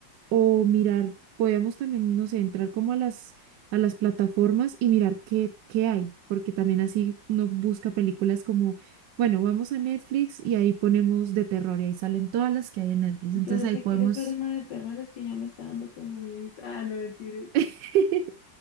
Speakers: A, on the right (about 75°); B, on the left (about 70°).
A: o mirar, podríamos también, no sé, entrar como a las, a las plataformas y mirar qué, qué hay, porque también así uno busca películas como, bueno, vamos a Netflix y ahí ponemos de terror y ahí salen todas las que hay en Netflix. Entonces
B: Pero si
A: ahí podemos
B: quieres ver una de terror, es que ya me está dando como miedo. Ah, no, mentiras.
A: <laughs>